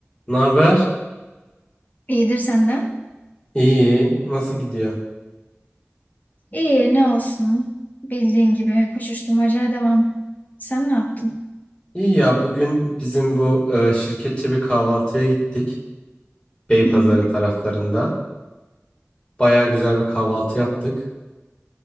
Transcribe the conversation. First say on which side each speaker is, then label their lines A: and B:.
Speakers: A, on the left; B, on the left.
A: Ne haber?
B: İyidir senden.
A: İyi. Nasıl gidiyor?
B: İyi ne olsun. Bildiğin gibi koşuşturmacaya devam. Sen ne yaptın?
A: İyi ya bugün bizim bu e, şirketçe bir kahvaltıya gittik. Beypazarı
B: Hı hı.
A: taraflarında. Baya güzel bir kahvaltı yaptık.